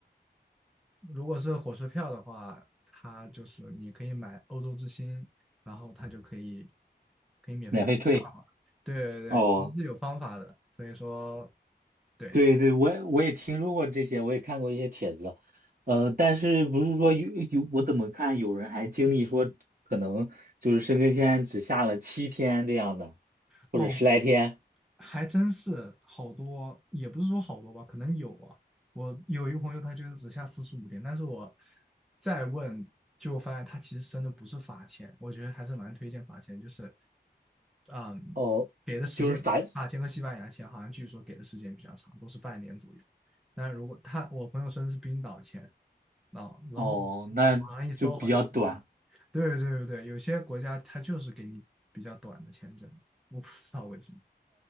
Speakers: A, in the centre; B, on the right.
A: 如果是火车票的话，他就是你可以买欧洲之星，然后他就可以可以免费退票嘛。
B: 免费退，
A: 对对对，
B: 哦，
A: 其实是有方法的，所以说对。
B: 对对，我也我也听说过这些，我也看过一些帖子，呃，但是不是说有有，我怎么看有人还经历说可能就是申根签只下了七天这样的，
A: 哦，
B: 或者十来天，
A: 还真是好多，也不是说好多吧，可能有啊。我有一个朋友，他就只下四十五天，但是我再问，就发现他其实真的不是罚钱，我觉得还是蛮推荐罚钱，就是，嗯，
B: 哦，
A: 给的时间，
B: 就是反，
A: 法签和西班牙签好像据说给的时间比较长，都是半年左右。但如果他我朋友申的是冰岛签啊，然后
B: 哦，那就比较短，
A: 网上一搜好像冰岛，对对对对，有些国家他就是给你比较短的签证，我不知道为什么。